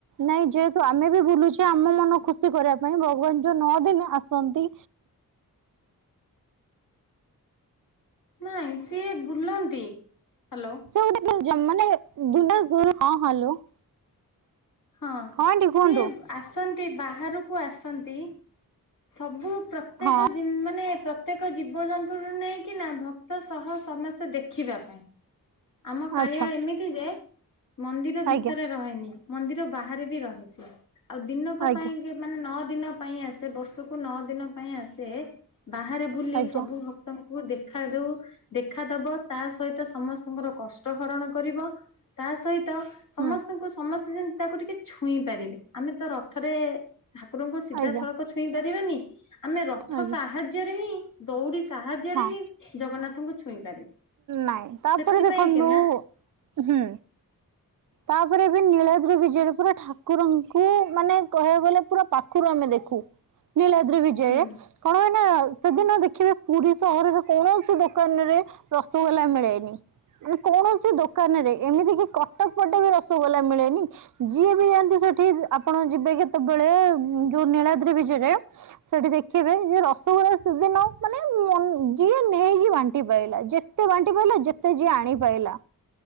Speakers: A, on the right; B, on the left.
A: ନାଇଁ ଯେହେତୁ ଆମେ ବି ବୁଲୁଛେ ଆମ ମନ ଖୁସି କରିବା ପାଇଁ ଭଗବାନ ଯୋଉ ନଅ ଦିନ ଆସନ୍ତି।
B: ନାଇଁ ସିଏ ବୁଲନ୍ତି। ହ୍ୟାଲୋ
A: ସେ ଗୋଟେ ମାନେ ଦଲ ଗରୁ ହଁ ହ୍ୟାଲୋ।
B: ହଁ
A: ଆଣ୍ଟି କୁହନ୍ତୁ
B: ସିଏ ଆସନ୍ତି ବାହାରୁ। କୁ ଆସନ୍ତି ସବୁ। ପ୍ରତ୍ୟେକ
A: ହଁ
B: ମାନେ ପ୍ରତ୍ୟେକ ଜୀବଜନ୍ତୁ। ରୁ ନେଇକି ନା ଭକ୍ତ ସହ ସମସ୍ତେ ଦେଖିବା ପାଇଁ। ଆମ କାଳିଆ
A: ଆଚ୍ଛା
B: ଏମିତି ଯେ ମନ୍ଦିର ଭିତରେ
A: ଆଜ୍ଞା
B: ରହେନି। ମନ୍ଦିର ବାହାରେ ବି ରହେ। ଆଉ ଦିନକ
A: ଆଜ୍ଞା
B: ପାଇଁ ମାନେ ନଅ ଦିନ। ପାଇଁ ଆସେ ବର୍ଷକୁ ନଅ ଦିନ ପାଇଁ ଆସେ। ବାହାରେ ବୁଲି
A: ଆଜ୍ଞା
B: ସବୁ ଭକ୍ତଙ୍କୁ। କୁ ଦେଖା ଦଉ ଦେଖାଦବ ତା ସହିତ ସମସ୍ତଙ୍କର କଷ୍ଟ ହରଣ କରିବ ତା ସହିତ ସମସ୍ତଙ୍କୁ
A: ହୁଁ
B: ସମସ୍ତ ତାକୁ ଟିକେ ଛୁଇଁ ପାରିବେ ଆମେ ତ ରଥରେ ଠାକୁରଙ୍କୁ ସିଧାସଳଖ
A: ଆଜ୍ଞା
B: ଛୁଇଁବା। ଦେଖୀବାନି ଆମେ ରଥ
A: ଆଜ୍ଞା
B: ସାହାଯ୍ୟରେ ହିଁ ଦୌଡ଼ି ସାହାଯ୍ୟରେ
A: ହଁ
B: ହିଁ ଜଗନ୍ନାଥଙ୍କୁ ଛୁଇଁ ପାରିବୁ
A: ନାଇଁ ତାପରେ
B: ସେଥିପାଇଁ
A: ଦେଖନ୍ତୁ
B: କି ନା
A: ହୁଁ ତାପରେ ନୀଳଦ୍ରି ବିଜୟରେ ପୁରା ଠାକୁରଙ୍କୁ ମାନେ କହିବାକୁ ଗଲେ। ପୁରା ପାଖରୁ ଆମେ ଦେଖୁ ନୀଳାଦ୍ରି ବିଜୟ
B: ହୁଁ
A: କଣ ହୁଏ ନା। ସେଦିନ ଦେଖିବେ ପୁରୀ ସହରରେ କୌଣସି ଦୋକାନରେ ରସଗୋଲା ମିଳେନି ମାନ କୌଣସି ଦୋକାନରେ ଏମିତି କି କଟକ ପଟେ ବି ରସଗୋଲା ମିଳେନି ଯିଏ ବି ଯାଆନ୍ତି ସେଠି ଆପଣ ଯିବେ କେତେବେଳେ ଯୋଉ ନୀଳାଦ୍ରି ବିଜେରେ ସେଠି ଦେଖିବେ ଯେ ରସଗୋଲା ସେଦିନ ମାନେ ଯିଏ ନେଇକି ବାଣ୍ଟି ପାଇଲା ଯେ ତେ ବାଣ୍ଟି ପାଇଲା ଯେତେ ଯିଏ ଆଣିପାଇଲା